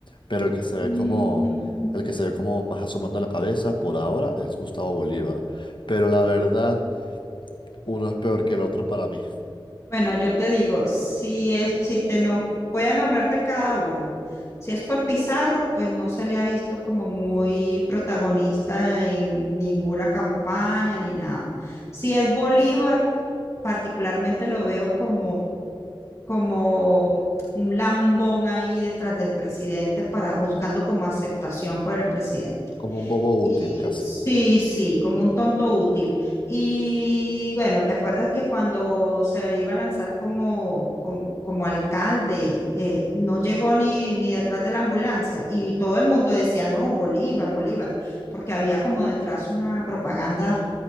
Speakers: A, on the left; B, on the left.
A: Pero el que se ve
B: Mm,
A: como, el que se ve como más asomando la cabeza por ahora es Gustavo Bolívar. Pero la verdad... Uno es peor que el otro para mí,
B: Bueno, yo te digo, si es, si te nom- voy a nombrarte cada uno. Si es por Pizarro, pues no se le ha visto como muy protagonista en ninguna campaña ni nada. Si es Bolívar, particularmente lo veo como, como un lambón ahí detrás del presidente para buscando como aceptación por el presidente.
A: como un bobo
B: Y-
A: útil casi.
B: sí, sí, como un tonto útil. Y bueno, ¿te acuerdas que cuando se iba a lanzar como, com- como, alcalde, eh, no llegó ni, ni detrás de la ambulancia? Y todo el mundo decía, no, Bolívar, Bolívar, porque había como detrás una propaganda